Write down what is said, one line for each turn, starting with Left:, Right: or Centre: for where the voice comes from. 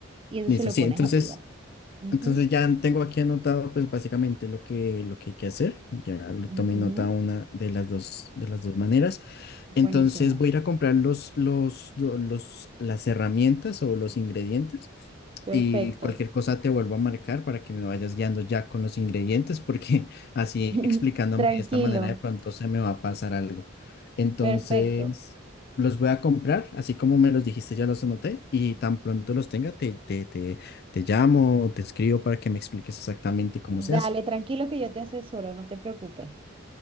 Right: y eso
Left: Listo,
Right: se lo
Left: sí,
Right: pones
Left: entonces
Right: arriba. Ujú,
Left: Entonces ya tengo aquí anotado pues básicamente lo que, lo que hay que hacer. Ya lo
Right: ujú.
Left: tomé nota una de las dos, de las dos maneras.
Right: Buenísimo.
Left: Entonces voy a ir a comprar los, los, do- los, las herramientas o los ingredientes
Right: Perfecto.
Left: y cualquier cosa te vuelvo a marcar para que me vayas guiando ya con los ingredientes porque <laughs> así
Right: <laughs>
Left: explicándome
Right: Tranquilo.
Left: de esta manera de pronto se me va a pasar algo. Entonces
Right: Perfecto.
Left: los voy a comprar, así como me los dijiste, ya los anoté y tan pronto los tenga te te te te llamo, te escribo para que me expliques exactamente cómo se
Right: Dale,
Left: hace.
Right: tranquilo que yo te asesoro, no te preocupes.